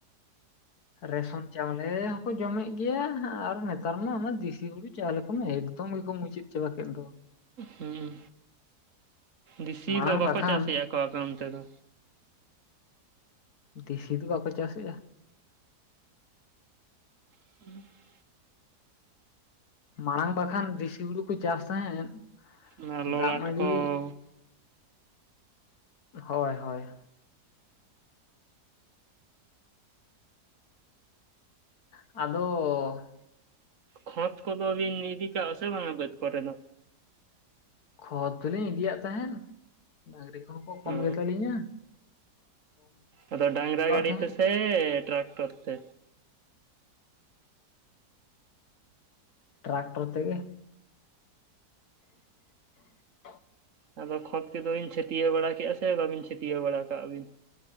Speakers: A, on the left; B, on the right.
A: ᱨᱮᱥᱚᱱ ᱪᱟᱣᱞᱮ ᱦᱚᱸᱠᱚ ᱡᱚᱢᱮ ᱜᱮᱭᱟ ᱟᱨ ᱱᱮᱛᱟᱨ ᱢᱟ ᱚᱱᱟ ᱫᱤᱥᱤ ᱦᱩᱲᱩ ᱪᱟᱣᱞᱮ ᱠᱚᱢᱟ ᱮᱠ ᱮᱜᱫᱚᱢ ᱜᱮᱠᱚ ᱢᱩᱪᱟᱹᱫ ᱪᱟᱵᱟ ᱠᱮᱫ ᱫᱚ
B: ᱦᱩᱸᱜᱼᱩᱸ ᱫᱤᱥᱤ
A: ᱢᱟᱲᱟᱝ
B: ᱫᱚ ᱵᱟᱠᱚ
A: ᱵᱟᱠᱷᱟᱱ
B: ᱪᱟᱥᱮᱜᱼᱟᱠᱚ ᱟᱯᱮ ᱚᱱᱛᱮ ᱫᱚ
A: ᱫᱤᱥᱤ ᱫᱚ ᱵᱟᱠᱚ ᱪᱟᱥᱮᱜᱼᱟ
B: <inaudible>
A: ᱢᱟᱲᱟᱝ ᱵᱟᱠᱷᱟᱱ ᱫᱤᱥᱤ ᱦᱩᱲᱩ ᱠᱚ ᱪᱟᱥ ᱛᱟᱦᱮᱸᱫ
B: ᱚᱱᱟ ᱞᱚᱞᱟᱴ
A: ᱫᱟᱜ ᱢᱟᱹᱰᱤ
B: ᱠᱚ
A: ᱦᱚᱭ ᱦᱚᱭ ᱟᱫᱚ
B: ᱠᱷᱚᱸᱛ ᱠᱚᱫᱚ ᱵᱤᱱ ᱤᱫᱤ ᱠᱟᱣᱚᱜᱼᱟ ᱥᱮ ᱵᱟᱝᱟ ᱵᱟᱹᱫ ᱠᱚᱨᱮ ᱫᱚ
A: ᱠᱷᱚᱛ ᱫᱚᱞᱤᱧ ᱤᱫᱤᱭᱟᱜ ᱛᱟᱦᱮᱸᱫ ᱰᱟᱹᱝᱨᱤ ᱠᱚᱦᱚᱸ ᱠᱚ ᱠᱚᱢ
B: ᱚ
A: ᱜᱮ ᱛᱟᱹᱞᱤᱧᱟ
B: ᱟᱫᱚ ᱰᱟᱝᱨᱟ ᱜᱟᱹᱰᱤ
A: ᱛᱟᱦᱮᱸᱫ
B: ᱛᱮ ᱥᱮ ᱴᱨᱟᱠᱴᱚᱨ ᱛᱮ
A: ᱴᱨᱟᱠᱴᱚᱨ ᱛᱮᱜᱮ <inaudible>
B: ᱟᱫᱚ ᱠᱷᱚᱸᱛ ᱠᱚᱫᱚ ᱵᱤᱱ ᱪᱷᱟᱹᱛᱤᱭᱟᱹᱣ ᱵᱟᱲᱟ ᱠᱮᱜᱼᱟ ᱥᱮ ᱵᱟᱵᱤᱱ ᱪᱷᱟᱹᱛᱤᱭᱟᱹᱣ ᱵᱟᱲᱟ ᱠᱟᱜ ᱟ ᱵᱤᱱ